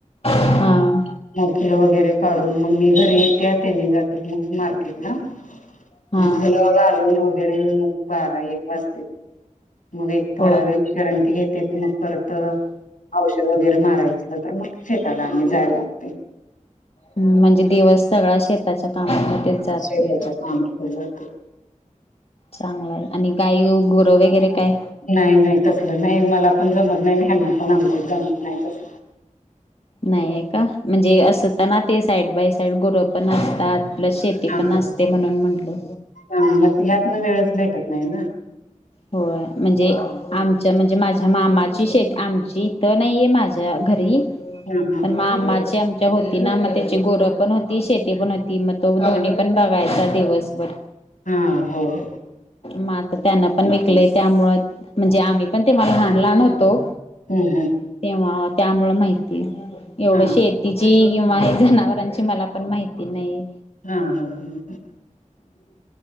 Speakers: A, on the left; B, on the left.
A: हा
B: मगं फूलं वगैरे काढून मग मी घरी येते त्यांनी जातेत मग मार्केटला
A: हा
B: फूलं घालून वगैरे मग बारा एक वाजतेत. मग एक थोडा
A: होय
B: वेळ विश्रांती घेतेेत मग परत औषध वगैरे मारायच असलं तर मग शेताला आणि जायला लागतय
A: हू म्हणजे दिवस सगळा शेताच्या कामामध्येच जातोय
B: शेताच्या कामात जाते.
A: चांगला आहे आणि गाई गुर वगैरे काय
B: नाही नाही तसलं नाही मला पण जमत नाही आणि हेनापण आमच्या जमत नाही तस
A: नाहीे हे का म्हणजे असताना ते साईड बाय साईड गुरं पण असतात आपलं शेती
B: हा
A: पण असतय म्हणून म्हटल
B: हा मग ह्यातन वेळच भेटत नाही ना
A: होय म्हणजे आमच्या म्हणजे माझ्या मामा ची शेत आमची इथ नाहीये माझ्या घरी
B: हा
A: पण मामाची आमच च्या होती ना म तेची गुरपण होती शेती पण होती म तो दोन्ही
B: हा
A: पण बघायचा दिवसभर
B: हा होय
A: म आता त्यांना पण विकलय त्यामुळं म्हणजे आम्ही पण तेव्हा लहान लहान होतो.
B: हम्म हम्म
A: तेव्हा त्यामूळ माहिती एवढं
B: हा
A: शेतीची किंव्हा जनावरांची मला पण माहिती नाही.
B: हा हा हम.